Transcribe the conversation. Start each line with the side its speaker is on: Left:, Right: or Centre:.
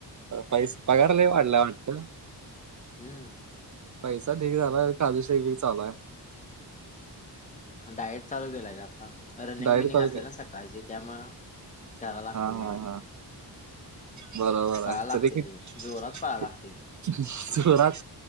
Right: पैसे पगारला वाढला वाटत
Left: हम्म
Right: पैसा ठीक झालाय खल शे चालाय
Left: डायट चालू केलाय आता रनिंग
Right: डायरेक्ट
Left: बिनिंग
Right: तारखे
Left: असते ना सकाळची त्यामु त्याराला लागते
Right: हा
Left: मला
Right: हा हा
Left: ती
Right: बरोबर
Left: पळायला
Right: आहे
Left: लागते
Right: तर देखील
Left: लय जोरात पळायला लागते
Right: जोरात